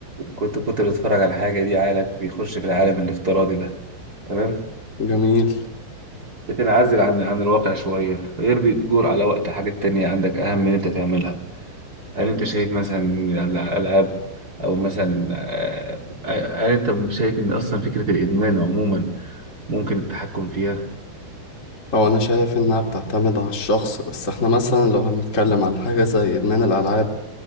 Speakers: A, on the right (about 25°); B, on the left (about 20°).
A: كنت كنت بتتفرج على حاجة دي عقلك بيخش في العالم الافتراضي ده تمام
B: جميل
A: بتنعزل عن عن الواقع شوية غير بتجور على وقت حاجات تانية عندك أهم من أنت تعملها هل أنت شايف مثلا الألعاب أو مثلا آه، آه، هل أنت شايف إن أصلا فكرة الإدمان عموما ممكن التحكم فيها؟
B: هو أنا شايف إنها بتعتمد على الشخص بس إحنا مثلا لو هنتكلم على حاجة زي إدمان الألعاب